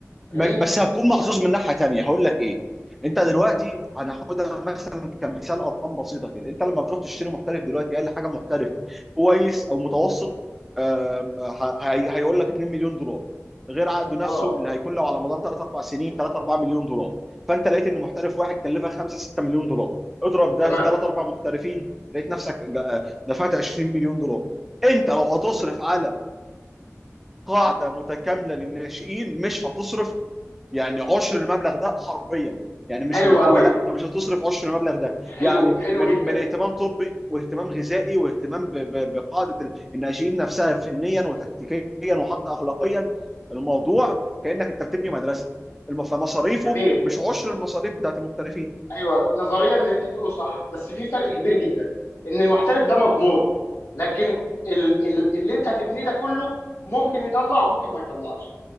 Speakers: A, on the left; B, in the centre.
A: فاهمني
B: م- بس هتكون محظوظ
A: يعني
B: من ناحيه تانيه هقول لك ايه انت دلوقتي هناخدها مثلا كمثال ارقام بسيطه كده انت لما بتروح تشتري محترف دلوقتي اقل حاجه محترف كويس او متوسط آه، آه، ه- هي- هيقول لك 2 مليون دولار غير عقده نفسه
A: اه
B: اللي هيكون له على مدار 3 4 سنين 3 4 مليون دولار فانت لقيت ان محترف واحد كلفك 5 6 مليون دولار اضرب ده
A: تمام
B: في 3 4 محترفين لقيت نفسك ج- آه، دفعت 20 مليون دولار انت لو هتصرف على قاعده متكامله للناشئين مش هتصرف يعني عشر المبلغ ده حرفيا يعني مش
A: حلو
B: مبالغه
A: قوي
B: لا انت مش هتصرف عشر المبلغ ده
A: حلو
B: يعني
A: حلو
B: من
A: جدا
B: من اهتمام طبي واهتمام غذائي واهتمام ب- ب- بقاعده ال- الناشئين نفسها فنيا وتكتيكيا وحتى اخلاقيا الموضوع كانك انت بتبني مدرسه الم- فمصاريفه
A: جميل
B: مش عشر المصاريف بتاعت المحترفين
A: ايوه نظريا ان انت بتقوله صح بس في فرق كبير جدا ان المحترف ده مضمون لكن ال ال اللي انت هتبنيه ده كله ممكن يطلع وممكن ما يطلعش